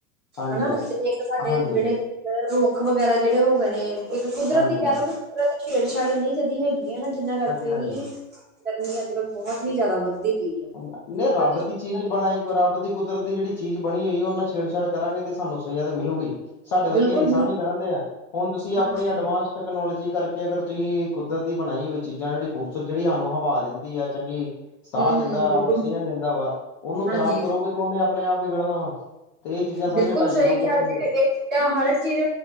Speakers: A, on the left; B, on the right.
A: ਹਾਂਜੀ
B: ਹਨਾ
A: ਹਾਂਜੀ
B: ਤੇ ਇੱਕ ਸਾਡੇ
A: ਹਾਂਜੀ
B: ਜਿਹੜੇ ਰੁੱਖ ਵਗੈਰਾ ਜਿਹੜੇ ਹੋ ਗਏ ਨੇ ਇੱਕ ਕੁਦਰਤ
A: ਹਾਂਜੀ
B: ਹੀ ਕਹਿ‌ ਲਓ ਕਿ ਕੁਦਰਤ ਛੇੜਛਾੜ ਇੰਨੀ ਜੈਦੀ ਹੈਗੀ ਹੈ ਨਾ ਜਿਨਾਂ ਕਰਕੇ
A: ਹਾਂਜੀ
B: ਵੀ ਗਰਮੀਂ ਅੱਜ ਕੱਲ ਬਹੁਤ ਹੀ ਜ਼ਿਆਦਾ ਵੱਧਦੀ ਪਈ ਹੈ
A: ਨਹੀਂ
B: ਕੁਦਰਤੀ
A: ਰੱਬ
B: ਛੇੜਛਾੜ
A: ਦੀ ਚੀਜ਼
B: ਵੀ
A: ਬਣਾਈ
B: ਬਹੁਤ
A: ਕੋਈ ਰੱਬ ਦੀ ਕੁਦਰਤ ਦੀ ਜਿਹੜੀ ਚੀਜ਼ ਬਣੀ ਹੋਈ ਉਹਨਾਂ ਛੇੜਛਾੜ ਕਰਾਂਗੇ ਤੇ ਸਾਨੂੰ ਸਜ਼ਾ ਤਾਂ ਮਿਲੂਗੀ। ਸਾਡੇ
B: ਬਿਲਕੁਲ
A: ਵਰਗੇ ਇਨਸਾਨ ਹੀ ਕਰਨ ਦੇ ਆ ਹੁਣ ਤੁਸੀਂ
B: ਹਾਂਜੀ-ਹਾਂਜੀ,
A: ਅਪਣੇ ਐਡਵਾਂਸ ਟੈਕਨੋਲੋਜੀ ਕਰਕੇ ਅਗਰ ਤੁਸੀਂ ਕੁਦੱਰਤ ਦੀ ਬਣਾਈ ਹੋਈ ਚੀਜ਼ਾਂ ਜਿਹੜੀ ਖੂਬਸੂਰਤ ਜਿਹੜੀ ਹਾਨੂੰ ਹਵਾ ਦਿੰਦੀ ਹੈ ਚੰਗੀ
B: ਹੂੰ-ਹੂੰ,
A: ਸਾਫ ਦਿੰਦਾ
B: ਬਿਲਕੁਲ
A: ਵਾ ਆਕਸੀਜਨ ਦਿੰਦਾ ਵਾ ਉਹਨੂੰ
B: ਹਾਂਜੀ,
A: ਖਰਾਬ ਕਰੋਗੇ ਤੇ ਉਹਨੇ ਅਪਣੇ ਆਪ ਵਿਗੜਨਾ ਵਾ। ਤੇ ਇਹ ਚੀਜ਼ਾਂ ਸਾਰੀਆਂ
B: ਬਿਲਕੁਲ
A: ਢਾਈ
B: ਸਹੀ
A: ਜਾਓਗੇ
B: ਕਿਹਾ
A: ਤੇ
B: ਜੀ ਇਹ ਚੀਜਾ ਹਰ ਇੱਕ ਚੀਜ਼